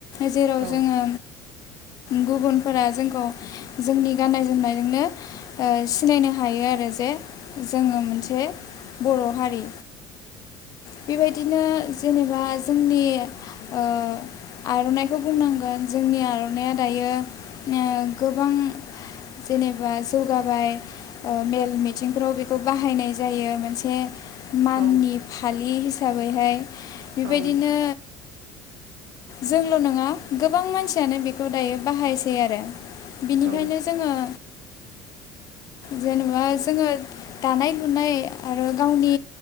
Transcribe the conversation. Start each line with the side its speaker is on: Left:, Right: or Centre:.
Left: जेराव
Right: औ
Left: जोङो गुबुनफोरा जोंखौ जोंनि गाननाय जोमनायजोंनो ओ सिनायनो हायो आरो जे जोङो मोनसे बर' हारि बेबायदिनो जेनेबा जोंनि ओ आर'नाइखौ बुंनांगोन जोंनि आर'नाइया दायो गोबां जेनेबा जौगाबाय मेल मिथिंफ्राव बेखौ बाहायनाय जायो मोनसे माननि
Right: औ
Left: फालि हिसाबैहाय बेबायदिनो
Right: औ
Left: जोंल' नङा गोबां मानसियानो बेखौ दायो बाहायसै आरो बिनिखायनो
Right: औ
Left: जोङो जेनेबा जोङो दानाय लुनाय आरो गावनि